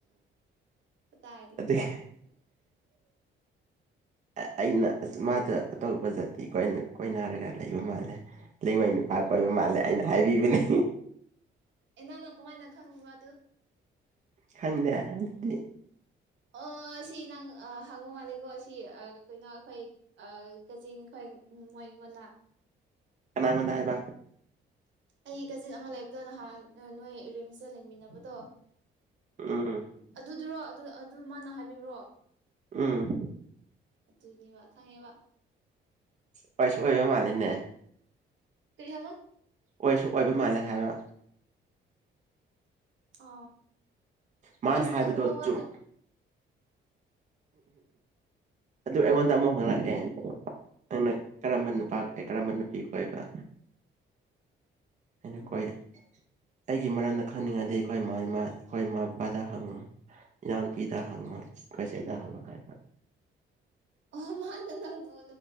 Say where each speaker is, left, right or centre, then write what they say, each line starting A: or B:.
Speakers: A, on the right (about 70°); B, on the right (about 35°).
A: ꯀꯇꯥꯏꯗꯒꯤ
B: ꯑꯗꯨꯒꯤ ꯑꯩꯅꯁ ꯃꯥꯗ ꯑꯇꯣꯞꯄ ꯖꯥꯇꯤ ꯀꯣꯏꯅ ꯀꯣꯏꯅꯔꯒ ꯂꯩꯕ ꯃꯥꯜꯂꯦ ꯂꯩꯉꯣꯏ ꯅꯨꯄꯥ ꯀꯣꯏꯕ ꯃꯥꯜꯂꯦ ꯑꯩꯅ ꯍꯥꯏꯕꯤꯕꯅꯤ
A: ꯑꯦ ꯅꯪꯅ ꯀꯃꯥꯏꯅ ꯈꯪꯉꯤꯕ ꯑꯗꯨ
B: ꯈꯪꯗꯦ ꯑꯗꯨꯗꯤ
A: ꯑꯣ ꯁꯤ ꯅꯪ ꯍꯉꯨ ꯃꯥꯂꯦꯒꯣ ꯑꯁꯤ ꯁꯤ ꯀꯩꯅꯣ ꯑꯩꯈꯣꯏ ꯀꯆꯤꯡ ꯈꯣꯏ ꯃꯣꯏꯒꯣꯟꯅ
B: ꯁꯅꯥꯒꯣꯟꯗ ꯍꯥꯏꯕ
A: ꯑꯩ ꯀꯥꯖꯤꯟ ꯑꯃ ꯂꯩꯕꯗꯣ ꯅꯍꯥꯟ ꯅꯣꯏ ꯔꯤꯝꯁꯇ ꯂꯩꯃꯤꯟꯅꯕꯗꯣ
B: ꯎꯝ
A: ꯑꯗꯨꯗꯨ꯭ꯔꯣ ꯑꯗꯨ ꯑꯗꯨ ꯃꯥꯅ ꯍꯥꯏꯕꯤꯕ꯭ꯔꯣ
B: ꯎꯝ
A: ꯑꯗꯨꯅꯦ ꯋꯥ ꯈꯪꯉꯦꯕ
B: ꯀꯩꯁꯨ ꯑꯣꯏꯕ ꯃꯥꯜꯂꯤꯅꯦ
A: ꯀꯔꯤ ꯍꯥꯏꯕ
B: ꯑꯣꯏꯁꯨ ꯑꯣꯏꯕ ꯃꯥꯜꯂꯦ ꯍꯥꯏꯕ
A: ꯑ
B: ꯃꯥꯅ
A: ꯑꯁ
B: ꯍꯥꯏꯕꯗꯣ
A: ꯑꯗꯨꯃ ꯋꯥꯗ
B: ꯆꯨꯝ ꯑꯗꯨ ꯑꯩꯉꯣꯟꯗ ꯑꯃꯨꯛ ꯍꯪꯂꯛꯑꯦ ꯅꯪꯅ ꯀꯔꯝꯕ ꯅꯨꯄꯥ ꯀꯔꯝꯕ ꯅꯨꯄꯤ ꯀꯣ ꯍꯥꯏꯕ ꯑꯩꯅꯀꯣꯏ
A: ꯑꯣ
B: ꯑꯩꯒꯤ ꯃꯔꯝꯗ ꯈꯪꯅꯤꯡꯉꯗꯤ ꯑꯩꯈꯣꯏ ꯏꯃꯥ ꯏꯃꯥ ꯑꯩꯈꯣꯏ ꯏꯃꯥ ꯕꯕꯥꯗ ꯍꯪꯉꯣ ꯏꯅꯥꯎꯅꯨꯄꯤꯗ ꯍꯪꯉꯣ ꯀꯩ ꯍꯜꯂꯣ ꯍꯥꯏ ꯐꯥꯏ
A: ꯑꯣ ꯃꯥꯅ ꯅꯪꯕꯨ